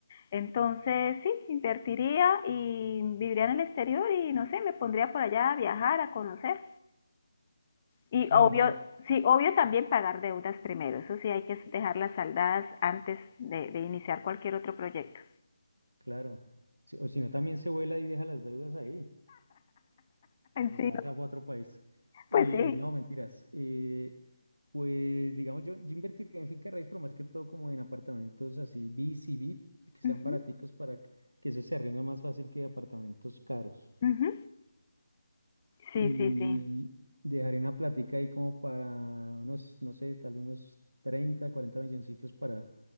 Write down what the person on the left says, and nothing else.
Entonces, sí, invertiría y viviría en el exterior y no sé, me pondría por allá a viajar, a conocer. Y
obvio,
sí, obvio también pagar deudas primero. Eso sí, hay que dejarlas saldadas antes de, de iniciar cualquier otro proyecto.
<laughs> sí,
pues sí.
Ujú,
ujú. Sí,
sí, sí.